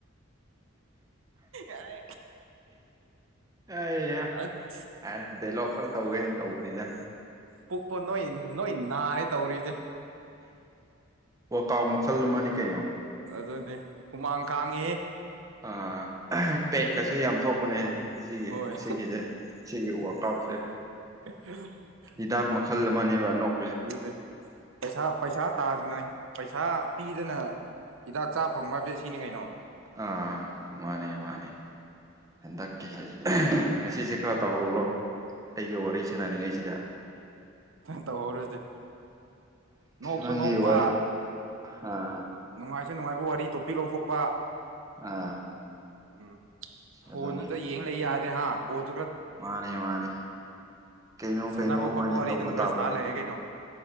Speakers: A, on the right; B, on the right.
A: ꯑꯥ
B: ꯑꯩꯌꯥ
A: ꯑꯁ
B: ꯑꯦ ꯗꯩꯂꯣꯛ ꯈꯔ ꯇꯧꯒꯦꯅ ꯇꯧꯕꯅꯤꯗ
A: ꯄꯨꯛꯄ ꯅꯣꯏ ꯅꯣꯏ ꯅꯥꯔꯦ ꯇꯧꯔꯤꯖꯦ
B: ꯋꯥꯛꯀꯥꯎ ꯃꯈꯜ ꯑꯃꯅꯤ ꯀꯩꯅꯣ
A: ꯑꯗꯨꯅꯦ ꯍꯨꯃꯥꯡ ꯀꯥꯡꯉꯦꯍꯦ
B: ꯑꯥ ꯄꯦꯛꯀꯁꯦ ꯌꯥꯝ ꯊꯣꯛꯄꯅꯦ ꯁꯤꯒꯤ
A: ꯍꯣꯏ
B: ꯁꯤꯒꯤꯖꯦ ꯁꯤꯒꯤ ꯋꯥꯛꯑꯥꯎꯁꯦ
A: <unintelligible>
B: ꯍꯤꯗꯥꯛ ꯃꯈꯜ ꯑꯃꯅꯦꯕꯥ ꯅꯣꯛ
A: <unintelligible> ꯄꯩꯁꯥ ꯄꯩꯁꯥ ꯇꯥꯗꯥꯅ ꯄꯩꯁꯥ ꯄꯤꯗꯅ ꯍꯤꯗꯥꯛ ꯆꯥ ꯐꯪꯕ <unintelligible> ꯁꯤꯅꯤ ꯀꯩꯅꯣ
B: ꯑꯥ ꯃꯥꯅꯦ ꯃꯥꯅꯦ ꯍꯟꯗꯥꯛꯀꯤ ꯉꯁꯤꯁꯦ ꯈꯔ ꯇꯧꯍꯧꯔꯣ ꯑꯩꯒ ꯋꯥꯔꯤ ꯁꯥꯟꯅꯅꯤꯡꯉꯥꯏꯁꯤꯗꯥ
A: ꯅꯪ ꯇꯧꯍꯧꯔꯣ ꯑꯗꯨꯗꯤ ꯅꯣꯛꯁꯨ
B: ꯅꯪꯒꯤ
A: ꯅꯣꯛꯄ
B: ꯋꯥꯔꯤ ꯑꯥ
A: ꯅꯨꯡꯉꯥꯏꯁꯨ ꯅꯨꯡꯉꯥꯏꯕ ꯋꯥꯔꯤ ꯇꯣꯄꯤꯛ ꯂꯧꯊꯣꯛꯄꯥ
B: ꯑꯥ
A: ꯎꯝ ꯐꯣꯟꯗꯨꯇ
B: ꯑꯗꯨꯅꯦ
A: ꯌꯦꯡ ꯂꯩ ꯌꯥꯗꯦ ꯍꯥ ꯀꯣꯜꯁꯨ ꯈꯔ
B: ꯃꯥꯅꯦ ꯃꯥꯅꯦ ꯀꯩꯅꯣ
A: ꯁꯥꯟꯅꯕ
B: ꯀꯩꯅꯣ ꯑꯃꯗꯤ
A: ꯈꯣꯠꯄ ꯋꯥꯔꯤ
B: ꯇꯧꯕ
A: ꯑꯗꯨꯝ ꯈꯔ
B: ꯇꯥꯕꯅꯤꯅꯦ
A: ꯁꯥꯔ ꯂꯩꯔꯦ ꯀꯩꯅꯣ